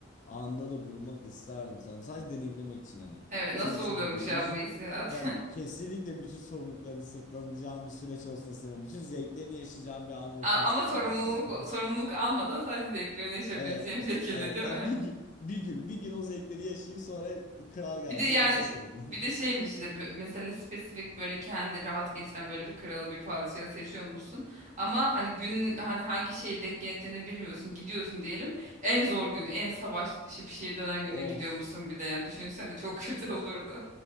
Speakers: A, on the left; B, on the right.
A: anda da bulunmak isterdim sanırım. Sadece deneyimlemek için hani.
B: Evet, nasıl
A: Şey için
B: oluyormuş
A: değil böyle uzun
B: ya bu hissiyat?
A: yani kesinlikle
B: <laughs>
A: bütün sorumluluklarını sırtlanacağım bir süreç olsun istemem. Bütün zevklerini yaşayacağım bir an olsun
B: A-
A: isterdim
B: Ama sorumluluk
A: ama yani.
B: sorumluluk almadan sadece zevklerini yaşayabileceğim
A: Evet,
B: <laughs> şekilde
A: evet.
B: değil
A: Yani
B: mi?
A: bir gün, bir gün, bir gün o zevkleri yaşayıp sonra kral gelsin
B: Bir de yani
A: yapsın sorunu.
B: bir de şeymiş işte bö- mesela spesifik böyle kendi rahat geçiren böyle bir kralı bir padişahı seçiyor musun? Ama hani gün hani hangi şeye denk geleceğini bilmiyorsun gidiyorsun diyelim. En zor gün en savaş işi bir şeye dönen güne
A: <laughs>
B: gidiyor
A: Of.
B: musun bir de yani düşünsene çok
A: <laughs>
B: <laughs> kötü olurdu.